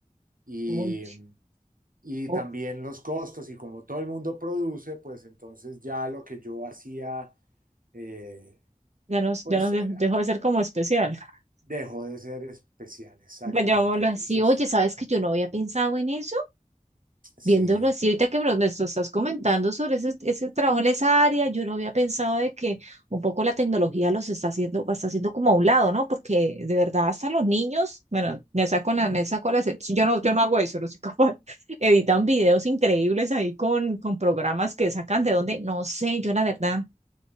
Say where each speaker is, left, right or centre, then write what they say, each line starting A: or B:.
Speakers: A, on the right (about 85°); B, on the right (about 55°).
A: y,
B: Uy,
A: y
B: oh,
A: también los costos y como todo el mundo produce, pues entonces ya lo que yo hacía, eh,
B: ya nos,
A: pues
B: ya nos de-
A: eh,
B: dejó de ser como especial. <laughs>
A: dejó de ser especial, exactamente.
B: Pues llamémoslo
A: Entonces,
B: así. Oye, ¿sabes que yo no había pensado en eso?
A: sí,
B: Viéndolo así, ahorita que me lo me lo estás comentando sobre ese, ese trabajo en esa área, yo no había pensado de que un poco la tecnología los está haciendo, está haciendo como a un lado, ¿no? Porque de verdad hasta los niños, bueno, me saco la, me saco la, excep- yo no, yo no hago eso, <laughs> no soy capaz, <laughs> editan videos increíbles ahí con, con programas que sacan de donde, no sé, yo la verdad,